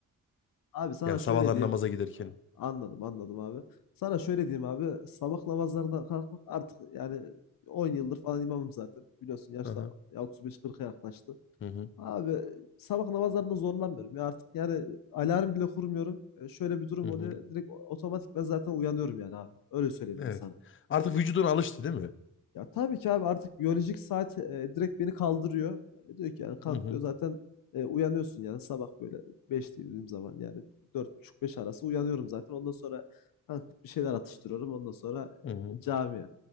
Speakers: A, on the left; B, on the left.
A: Abi sana
B: Yani
A: şöyle
B: sabahlar
A: diyeyim,
B: namaza giderken.
A: anladım anladım abi. Sana şöyle diyeyim abi, sabah namazlarına kalkmak artık yani 10 yıldır falan imamım zaten. Biliyorsun yaşta
B: Aha.
A: 35-40'a yaklaştı.
B: Hı hı.
A: Abi sabah namazlarında zorlanmıyorum ya artık yani alarm bile kurmuyorum. E, şöyle bir durum
B: Hı
A: oluyor,
B: hı.
A: direkt otomatik ben zaten uyanıyorum yani abi. Öyle söyleyeyim
B: Evet.
A: ben sana.
B: Artık vücuduna alıştı değil mi?
A: Ya tabii ki abi artık biyolojik saat, eee, direkt beni kaldırıyor. Eee, diyor ki yani kalk
B: Hı hı.
A: diyor. Zaten, eee, uyanıyorsun yani sabah böyle beş dediğim zaman yani dört buçuk 5 arası uyanıyorum zaten. Ondan sonra kalkıp bir şeyler atıştırıyorum. Ondan sonra, eee,
B: Hı hı.
A: camiye.